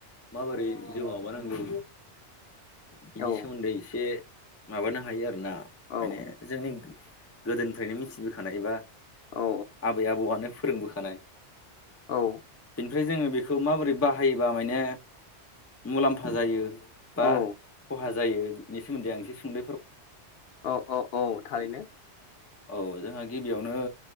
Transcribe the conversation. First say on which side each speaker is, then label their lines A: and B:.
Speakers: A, on the left (about 20°); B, on the left (about 65°).
A: माबोरै जिउ माबानांगौ बिनि
B: औ
A: सोमोन्दै एसे माबानांगौ। हायो आरोना
B: औ
A: माने जोंनि गोदोनिफ्रायनो मिथिबोखानायबा।
B: औ
A: आबै आबौआनो फोरोंबोखानाय
B: औ।
A: ओमफ्राय जोंङो बेखौ माबोरै बाहायोबा माने मुलाम्फा जायो। बा
B: औ
A: खहा जायो बिनि सोमोन्दै आं एसे सुंद
B: औ औ औ थारैनो।
A: औ जोंहा गिबियावनो